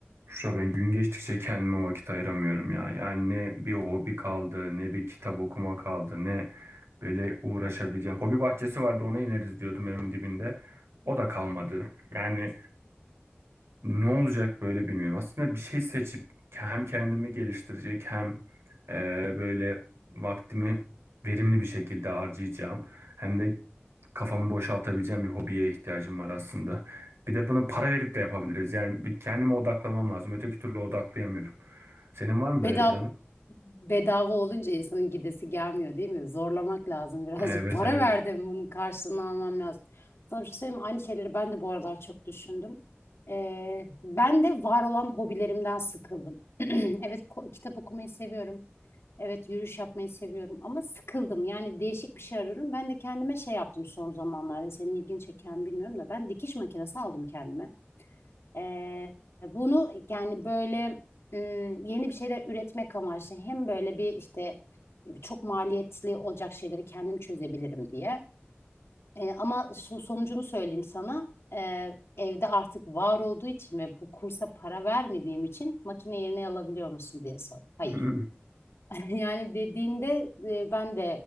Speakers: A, on the right; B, on the left.
A: Şura ben gün geçtikçe kendime vakit ayıramıyorum ya. Yani ne bir hobi kaldı, ne bir kitap okuma kaldı, ne böyle uğraşabileceğim. Hobi bahçesi vardı ona ineriz diyordum evin dibinde. O da kalmadı. Yani ne olacak böyle bilmiyorum. Aslında bir şey seçip hem kendimi geliştirecek hem e, böyle vaktimi verimli bir şekilde harcayacağım. Hem de kafamı boşaltabileceğim bir hobiye ihtiyacım var aslında. Bir de bunu para verip de yapabiliriz. Yani bir kendime odaklamam lazım. Öteki türlü odaklayamıyorum. Senin var mı böyle
B: Bedava,
A: plan?
B: bedava olunca insanın gidesi gelmiyor değil mi? Zorlamak lazım birazcık.
A: Evet
B: Para
A: evet.
B: verdim
A: <clears throat>
B: bunun karşılığını almam lazım. Sana bir şey söyleyeyim mi? Aynı şeyleri ben de bu aralar çok düşündüm. Ee, ben de var olan hobilerimden sıkıldım. <clears throat> Evet ko- kitap okumayı seviyorum. Evet yürüyüş yapmayı seviyorum ama sıkıldım. Yani değişik bir şey arıyorum. Ben de kendime şey yaptım son zamanlarda. Hani Senin ilgini çeken bilmiyorum da ben dikiş makinesi aldım kendime. Ee, bunu yani böyle ım, yeni bir şeyler üretmek amaçlı hem böyle bir işte çok maliyetli olacak şeyleri kendim çözebilirim diye. Ee, ama so- sonucunu söyleyeyim sana. Ee, evde artık var olduğu için ve bu kursa para vermediğim için makine yerine alabiliyor musun diye sor. Hayır.
A: <laughs>
B: <laughs> Yani dediğinde e, ben de